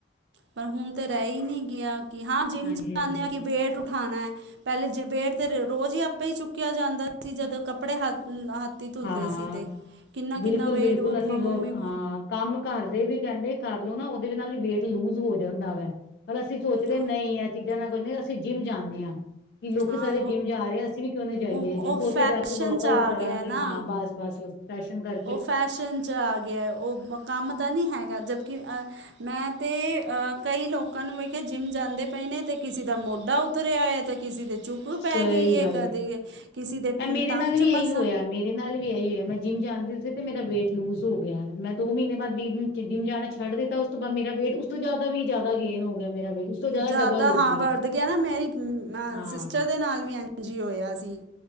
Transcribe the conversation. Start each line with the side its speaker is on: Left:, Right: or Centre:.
Right: ਪਰ ਹੁਣ ਤੇ, ਰਹਿ ਹੀ ਨਹੀਂ ਗਿਆ, ਕਿ ਹਾਂ
Left: ਹਾਂਜੀ
Right: ਜਿੰਮ ਜਾਂਨੇ,
Left: ਹਾਂਜੀ
Right: ਆਂ, ਕਿ ਵੇਟ ਉਠਾਣਾ ਏ ਪਹਿਲੇ ਜ ਵੇਟ ਤੇ, ਰੋਜ਼ ਹੀ ਆਪੇ ਹੀ ਚੁੱਕਿਆ ਜਾਂਦਾ ਸੀ, ਜਦੋਂ ਕੱਪੜੇ ਹੱਥ, ਹੱਥ ਧੁਲਦੇ
Left: ਹਾਂ
Right: ਸੀ ਤੇ, ਕਿੰਨਾ-ਕਿੰਨਾ
Left: ਬਿਲਕੁਲ-ਬਿਲਕੁਲ
Right: ਵੇਟ ਵੋ
Left: ਅਸੀਂ
Right: ਮ--'ਮੰਮੀ'
Left: ਵਰਕ ਹਾਂ ਕੰਮ ਘਰਦੇ ਵੀ ਕਹਿੰਦੇ ਕਰਲੋ ਨਾ, ਉਹਦੇ ਨਾਲ ਵੇਟ ਲੂਜ ਹੋ ਜਾਂਦਾ ਵੈ। ਪਰ ਅਸੀਂ ਸੋਚਦੇ
Right: ਹਾਂ
Left: ਆਂ, ਨਹੀਂ। ਐ ਚੀਜ਼ਾਂ ਨਾਲ ਕੁਛ ਨਹੀਂ, ਅਸੀਂ ਜਿੰਮ ਜਾਂਨੇ ਆਂ। ਕੀ ਲੋਕੀ
Right: ਹਾਂ
Left: ਸਾਰੇ ਜਿੰਮ ਜਾ ਰਹੇ ਆ, ਅਸੀਂ ਵੀ ਕਿਉਂ ਨਾ ਜਾਈਏ
Right: ਉਹ ਉਹ
Left: ਜਿੰਮ, ਉੱਥੇ
Right: ਫੈਸ਼ਨ
Left: ਜਾਕੇ ਵਰਕਆਉਟ
Right: 'ਚ ਆ
Left: ਕਰਾਂਗੇ,
Right: ਗਿਆ ਨਾ
Left: ਹਾਂ, ਬਸ-ਬਸ ਫੈਸ਼ਨ ਕਰ
Right: ਉਹ ਫੈਸ਼ਨ'ਚ ਆਗਿਆ, ਉਹ ਕੰਮ ਦਾ ਨਹੀਂ ਹੈਗਾ ਜਬਕਿ ਮੈਂ ਤੇ, ਅ ਕਈ ਲੋਕਾਂ ਨੂੰ ਵੇਖਿਆ ਜਿੰਮ ਜਾਂਦੇ ਪਏ ਨੇ, ਤੇ ਕਿਸੇ ਦਾ ਮੋਢਾ ਤੂਰਿਆ ਹੋਇਆ ਤੇ, ਕਿਸੇ ਦੇ ਚੁੱਕ
Left: ਸਹੀ
Right: ਪੈ ਗਈ ਹੈ,
Left: ਗੱਲ
Right: ਕਦੇ ਕਿਸੇ ਦੇ
Left: ਇਹ ਮੇਰੇ
Right: ਟੰਗ
Left: ਨਾਲ
Right: ਚ
Left: ਵੀ
Right: ਮਸਾਂ
Left: ਇਹੀ ਹੋਇਆ ਮੇਰੇ ਨਾਲ ਵੀ, ਆਹੀ ਹੋਇ ਹੈ। ਮੈਂ ਜਿੰਮ ਜਾਂਦੀ ਸੀ, ਤੇ ਮੇਰਾ ਵੇਟ ਲੂਜ ਹੋ ਗਿਆ। ਮੈਂ ਦੋ ਮਹੀਨੇ ਬਾਅਦ ਲੀਡ ਜਿੰਮ ਜਾਣਾ ਛੱਡ ਦਿੱਤਾ, ਉਸ ਤੋਂ ਬਾਅਦ ਮੇਰਾ ਵੇਟ ਤੋਂ ਜ਼ਿਆਦਾ ਵੀ ਜ਼ਿਆਦਾ ਗੇਨ ਹੋ ਗਿਆ ਮੇਰਾ ਵੇਟ ਉਸ ਤੋਂ
Right: ਜ਼ਿਆਦਾ
Left: ਡਬਲ ਹੋ
Right: ਹਾਂ,
Left: ਗਿਆ
Right: ਵਦ
Left: ਮੈਂ
Right: ਗਿਆ ਨਾ। ਮੇਰੀ ਅ
Left: ਹਾਂ
Right: ਸਿਸਟਰ ਦੇ ਨਾਲ ਵੀ, ਇਜਂ ਹੀ ਹੋਇਆ ਸੀ।